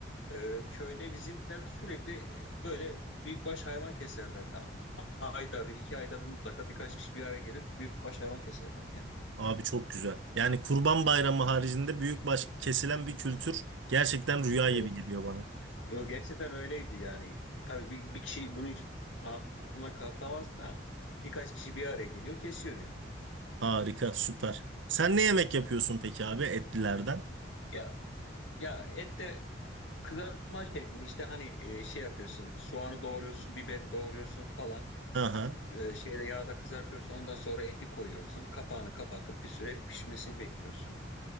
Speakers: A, on the left; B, on the right.
A: Ee, köyde bizimkiler sürekli e, böyle büyükbaş hayvan keserlerdi. A- Ayda bir, iki ayda bir mutlaka birkaç kişi bir araya gelir büyükbaş hayvan keserlerdi ya.
B: Abi çok güzel. Yani Kurban Bayramı haricinde büyük baş kesilen bir kültür gerçekten rüya
A: Evet.
B: gibi geliyor bana.
A: Yo, gerçekten öyleydi yani. Tabii bir, bir kişi bunun altına kalkamazdı da birkaç kişi bir araya geliyor kesiyor yani.
B: Harika, süper. Sen ne yemek yapıyorsun peki abi etlilerden?
A: Ya Ya et de kızartma şeklinde işte hani e, şey yapıyorsun soğanı doğruyorsun biberi doğruyorsun falan
B: Aha,
A: E, şeyde yağda kızartıyorsun ondan sonra eti koyuyorsun kapağını kapatıp bir süre pişmesini bekliyorsun.